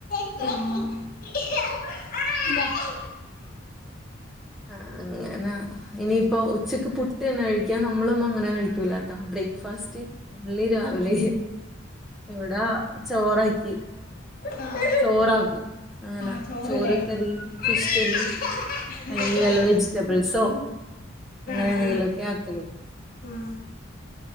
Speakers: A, on the left; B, in the centre.
A: ഉം
B: ആഹ് അങ്ങന ഇനിയിപ്പോ ഉച്ചക്ക് പുട്ടെന്നെ കഴിക്കാ നമ്മളൊന്നും അങ്ങനെ കഴിക്കൂലാട്ടാ ബ്രേക്ക്ഫാസ്റ്റ് ഒള്ളി രാവിലെ ഇവിടാ ചോറാക്കി
A: ആഹ്
B: ചോറാക്കും അങ്ങനാ
A: ആഹ് ചോറില്ലേ
B: ചോറ് കറി
A: ആഹ്
B: ഫിഷ്ക്കറി അല്ലെങ്കിൽ വല്ല വെജിറ്റബിൾസോ അങ്ങനെ
A: ആഹ്
B: എന്തെങ്കിലുക്കെ ആക്കല്
A: ആഹ്